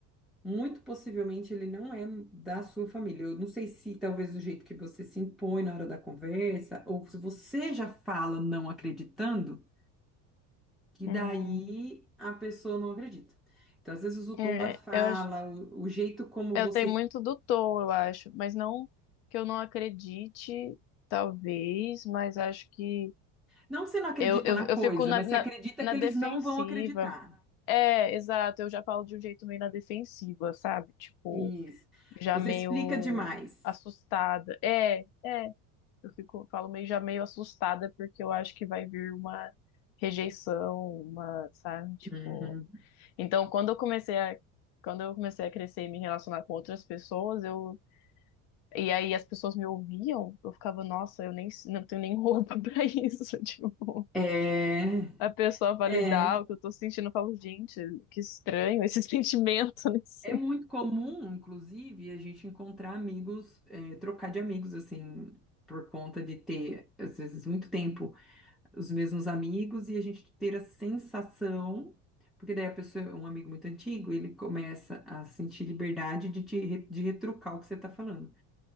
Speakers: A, in the centre; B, on the left (about 70°).
A: Muito possivelmente ele não é da sua família. Eu não sei se talvez o jeito que você se impõe na hora da conversa, ou se você já fala não acreditando, que
B: hum,
A: daí a pessoa não acredita. Então, às vezes, o
B: é,
A: tom da fala,
B: eu, acho-
A: o, o jeito como
B: eu
A: você.
B: tenho muito do tom, eu acho, mas não que eu não acredite, talvez, mas acho que
A: Não que você não acredita
B: eu, eu,
A: na
B: eu
A: coisa,
B: fico na,
A: mas
B: na,
A: você acredita
B: na
A: que eles
B: defensiva.
A: não vão acreditar.
B: É, exato, eu já falo de um jeito meio na defensiva, sabe? Tipo,
A: Isso.
B: já
A: Você
B: meio
A: explica demais.
B: assustada. É, é. Eu fico, falo meio já meio assustada porque eu acho que vai vir uma rejeição, uma, sabe, tipo.
A: Uhum.
B: Então, quando eu comecei a quando eu comecei a crescer e me relacionar com outras pessoas, eu e aí as pessoas me ouviam, eu ficava, nossa, eu nem não tenho nem roupa <laughs> pra isso, tipo.
A: É,
B: A pessoa validar
A: é.
B: o que eu tô sentindo, eu falo, gente, que estranho esse <laughs> sentimento, não sei.
A: É muito comum, inclusive, a gente encontrar amigos, eh, trocar de amigos, assim, por conta de ter, às vezes, muito tempo os mesmos amigos e a gente ter a sensação, porque daí a pessoa, um amigo muito antigo, ele começa a sentir liberdade de, te, re- de retrucar o que você está falando.